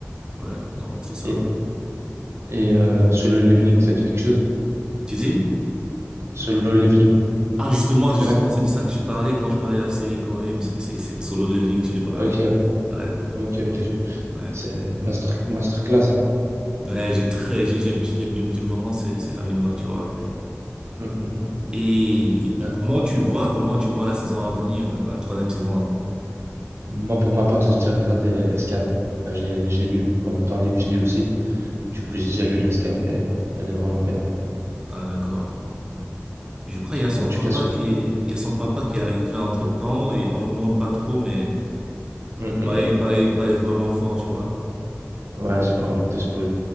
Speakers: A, on the right; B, on the right.
A: Ouais, donc c'est ça.
B: Et, et euh, solo leveling, ça dit quelque chose?
A: Tu dis?
B: Solo leveling,
A: Ah, justement,
B: tu
A: justement,
B: connais?
A: c'est de ça que je parlais quand je parlais de la série coréenne. C'est, c'est, c'est de Solo Leveling que je parlais.
B: Ok.
A: Ouais,
B: Ok, ok.
A: ouais.
B: C'est master, masterclass, hein.
A: Ouais, j'ai très, j'ai- j'aime, j'aime, j'aime, j'aime vraiment ce- cet anime-là, tu vois.
B: Mm, mm, mm.
A: Et
B: Bah,
A: comment tu vois, comment tu vois la saison à venir, la, la troisième saison? là
B: moi, pour ma part, j'ai déjà regardé les scans. Bah, j'ai, j'ai lu. Dans mon temps libre, je lis aussi. Du coup, j'ai déjà lu les scans et elle est vraiment bien.
A: Ah, d'accord. Je crois qu'il y a son
B: En tout
A: papa
B: cas, ce...
A: qui est, il y a son papa qui est arrivé entre-temps et on le montre pas trop, mais
B: Mm,
A: il
B: mm,
A: paraît,
B: mm.
A: il paraît, il paraît vraiment fort, tu vois.
B: Ouais, j'ai pas envie de te spoil.